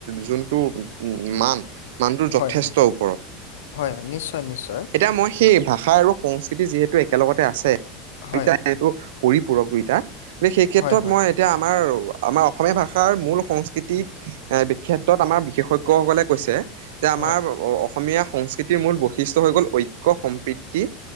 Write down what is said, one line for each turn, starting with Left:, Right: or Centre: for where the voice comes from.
Right: যোন, টো উ মান, মানটোৰ যথেষ্ট
Left: হয় হয় হয়
Right: ওপৰত
Left: হয় নিশ্চয় নিশ্চয়
Right: এতিয়া মই সেই ভাষা আৰু সংস্কৃতি যিহেতু একেলগতে আছে।
Left: হয়।
Right: এইটো পৰিপূৰক দুইটা সেই ক্ষেত্ৰত
Left: হয় হয়
Right: মই এতিয়া, আমাৰ আমাৰ অসমীয়া ভাষাৰ মূল সংস্কৃতিত এ বিখ্যাত, আমাৰ বিশেষজ্ঞই সকলে কৈছে যে
Left: হয়
Right: আমাৰ অস অসমীয়া সংস্কৃতিৰ মূল বৈশিষ্টয় হৈ গ'ল ঐক্য সম্প্ৰীতি